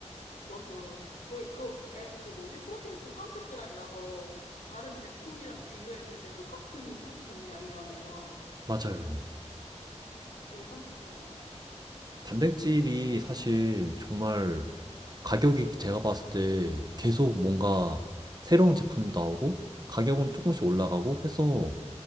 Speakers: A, on the left; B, on the right.
A: 맞죠. 거의 그, 에, 그 뭐지? 프로틴도 30g이라서 다른 제품이랑 비교했을 때 똑같은 프로틴 양이잖아요.
B: 맞아요.
A: 거의 30g이면.
B: 단백질이 사실 정말 가격이 제가 봤을 때 계속 뭔가 새로운 제품 나오고 가격은 조금씩 올라가고 해서